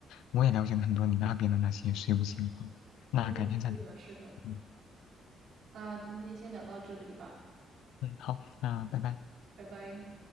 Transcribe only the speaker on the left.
我也了解了很多你那边的那些税务情况。那改天再聊。
嗯
嗯，好，那拜拜。